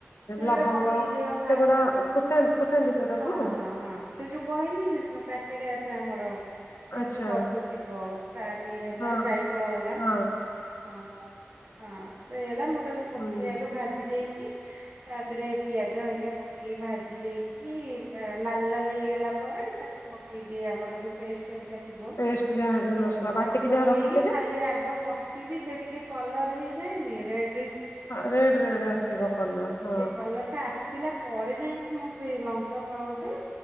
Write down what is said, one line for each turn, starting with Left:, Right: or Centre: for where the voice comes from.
Right: ସେଗୁଡା
Left: ଲବଙ୍ଗ
Right: ପକେଇଦବା ଫାଷ୍ଟ
Left: ସେଗୁଡା ଫୁଟା ଫୁଟାନ୍ତି ତ ତାକୁ
Right: ହଁ ହଁ ହଁ ସେ ଯୋଉ କହିଲି। କେଡେ ଆସେ ଆମର ତା
Left: ଆଚ୍ଛା।
Right: ଦେହରେ ସବୁ ଥିବ। ତାର ଇଏ ହେଲା
Left: ହଁ
Right: ଯାଇ ଫଳ ହେଲା
Left: ହଁ
Right: <inaudible> ହଁ ହଁ ସେ ହେଲା ମତେ ତାକୁ ପକେଇ
Left: ହୁଁ।
Right: ଆଗ ଭାଜି ଦେଇେଇକି କି ତା ଦେହରେ ପିଆଜ ହେରିକା ପକେଇ ଭାଜି ଦେଇକି ନାଲି ନାଲି ହେଇଗଲା ପରେ ତାକୁ ପକେଇ ଦିଏ ଆମର ଯୋଉ ପେଷ୍ଟ ଥିବ
Left: ପେଷ୍ଟ ଯାହାବି ମସଲା
Right: ହୁଁ
Left: ବାଟିକି
Right: ତାକୁ ପକେଇକି
Left: ଯାହା ରଖିଥିବେ
Right: ଖାଲି ଆଗ କ ବି ସେ ଟିକେ କଲର୍ ହେଇଯାଏନି ରେଡ
Left: ହଁ ରରେଡ ରରେଡ ଆସିବ କଲର ହଁ।
Right: ସେ କଲର ଟା ଆସିଲା ପରେ ଯାଇକି ମୁଁ ସେଇ ଲଙ୍କା ପାଉଡର